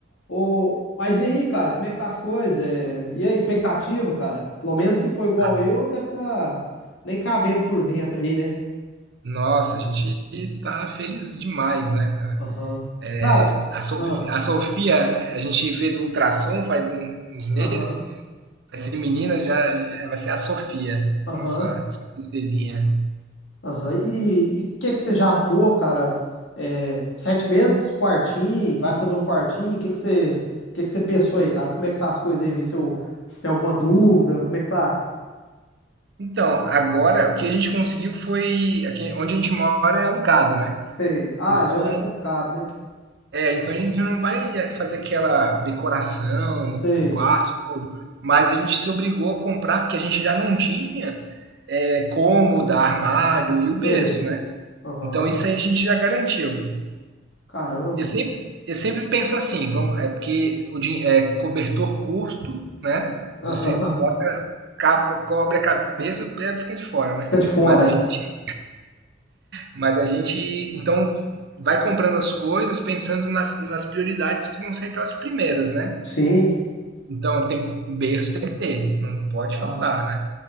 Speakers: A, on the left; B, on the right.
A: Ô... Mas e aí, cara, como é que tá as coisas? É, E a expectativa, cara? Pelo menos se for igual
B: ah,
A: eu, deve tá nem cabendo por dentro aí, né?
B: nossa, a gente tá feliz demais, né, cara?
A: Aham.
B: É,
A: Cara.
B: a Sofi-
A: aham.
B: a Sofia, a gente fez o ultrassom faz um- uns meses.
A: Aham,
B: Vai ser menina, já já vai ser a Sofia,
A: aham,
B: nossa, nossa princesinha.
A: aham. E o que que você já arrumou, cara? É, sete meses? Quartinho? Vai fazer um quartinho? O que que você, que que você pensou aí, cara? Como é que tá as coisas aí? Vê se, eu, se tem alguma dúvida. Como é que tá?
B: Então, agora o que a gente conseguiu foi. Aqui, onde a gente mora é alugado, né?
A: Sei. Ah,
B: Então,
A: já é mais complicado, né?
B: É, então a gente não vai eh, fazer aquela decoração
A: Sei,
B: no quarto, tudo. Mas a gente se obrigou a comprar, porque a gente já não tinha eh, cômoda, armário e o
A: sei.
B: berço, né?
A: Aham.
B: Então isso aí a gente já garantiu.
A: Caramba.
B: Eu sempre, eu sempre penso assim, vamos, é porque o din- é cobertor curto, né?
A: Aham.
B: Você
A: <laughs>
B: bota, capa, cobre a cabeça, o fica de fora, né?
A: Fica de fora.
B: Mas a gente, mas a gente então vai comprando as coisas pensando nas, nas prioridades que vão ser aquelas primeiras, né?
A: Sim.
B: Então tem berço tem que ter, não pode
A: Ah,
B: faltar, né?